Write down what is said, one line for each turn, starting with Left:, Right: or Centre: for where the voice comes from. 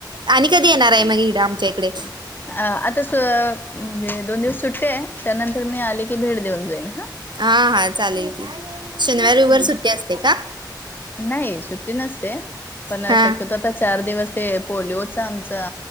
Right: आणि कधी येणार आहे मग इगड आमच्या इकडे?
Left: अं आता सु म्हणजे दोन दिवस सुट्टी आहे त्यानंतर मी आले की भेट देऊन जाईन हं.
Right: आं हा चालेल की. रविवारी
Left: ठीक
Right: सुट्टी असते का?
Left: नाही सुट्टी नसते पण
Right: हा
Left: शक्यतो आता चार दिवस ते पोलिओचा आमचा